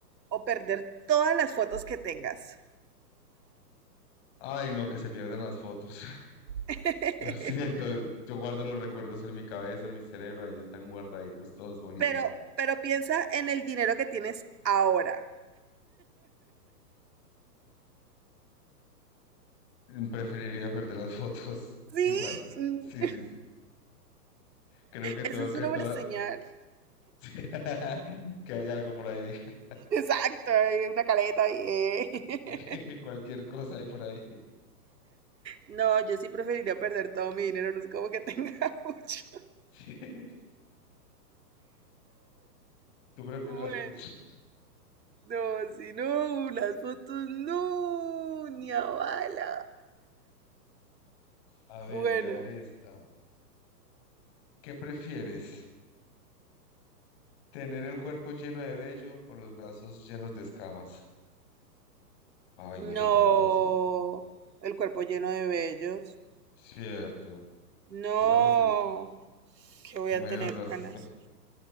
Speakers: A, on the right; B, on the left.
A: o perder todas las fotos que tengas?
B: Ay, no, que se pierdan las fotos. <laughs>
A: <laughs>
B: Lo siento, yo guardo los recuerdos en mi cabeza, en mi cerebro, ahí están guardaditos, todos bonitos.
A: Pero, pero piensa en el dinero que tienes ahora.
B: Mm, Preferiría perder las fotos,
A: Sí,
B: <laughs> igual.
A: <laughs> Mm,
B: Sí, sí, sí. Creo que todo,
A: eso es
B: que
A: una
B: todo,
A: buena señal.
B: <laughs> que hay algo por ahí, <laughs>
A: Exacto, hay una caleta ahí. eh.
B: dije,
A: <laughs>
B: cualquier cosa hay por ahí.
A: No, yo sí preferiría perder todo mi dinero, no es como que tenga <laughs> mucho.
B: <laughs> Tú prefieres
A: Bueno,
B: las fotos.
A: no, si no, las fotos no, ni a bala.
B: A ver,
A: Bueno,
B: y a ver esta. ¿Qué prefieres? ¿Tener el cuerpo lleno de vello o los brazos llenos de escamas? Ay,
A: no,
B: no, esa está muy fácil.
A: el cuerpo lleno de vellos.
B: Cierto.
A: No,
B: Yo también prefiero.
A: que voy
B: Imagino
A: a tener
B: los brazos
A: ganas.
B: con